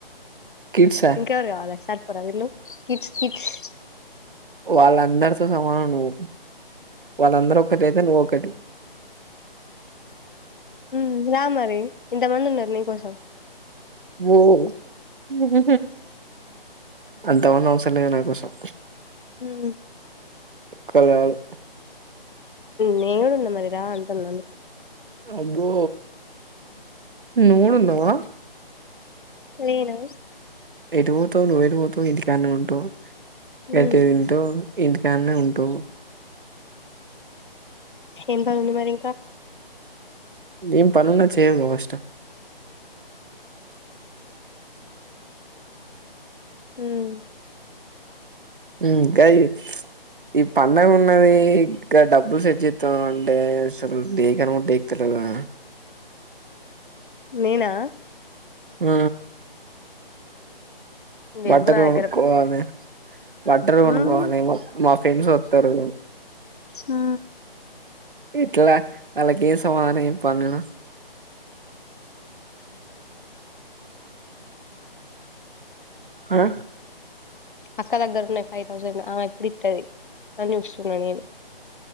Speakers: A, on the right (about 60°); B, on the left (about 55°).
A: కిడ్సా
B: ఇంక గావాలి సర్పొరా వీళ్ళు కిడ్స్ కిడ్స్
A: వాళ్ళందరితో సమానం నువ్వు వాళ్ళందరూ ఒక్కటయితె నువ్వొక్కటి
B: ఉమ్ రా మరి ఇంతమంది ఉన్నరు నీకోసం
A: ఓ నువ్ అంత మంది అవసరం లేదు నాకోసం
B: ఉమ్
A: ఒక్కలు చాలు
B: నేను కూడా ఉన్నా మరి రా అంటున్నా అందుకె
A: అబ్బో నువ్వుకూడున్నావా
B: నేను
A: ఎటు పోతావ్ నువ్వెటుపోతవ్ ఇంటికాన్నే ఉంటవ్
B: ఉమ్,
A: గట్టిగ తింటవ్ ఇంటికాన్నే ఉంటవ్
B: ఏం పని ఉంది మరి ఇంకా
A: ఏం పనున్న చేయవ్ గా ఫస్ట్
B: ఉమ్
A: ఉమ్ గది ఈ పండగ ఉన్నది ఇ గా డబ్బు సెట్చెతావ్ అంటే అసలు దేకనుకూడా దెక్తలేవు వ్గా
B: నేనా
A: ఆ
B: లెవ్వు
A: బట్టలుకొనుక్కోవాలి
B: నా దగ్గర
A: బట్టలుకొనుక్కోవాలి
B: ఉమ్,
A: మా ఫ్రెండ్స్ ఒత్తారు
B: ఉ
A: ఇట్లా అలాకేం సమాధానం చెప్పాలి నేను ఆ
B: అక్క దగ్గర ఉన్నాయి ఫైవ్ థౌజండ్ ఆమె ఎప్పుడు ఇత్తది అని చూస్తున్నా నేను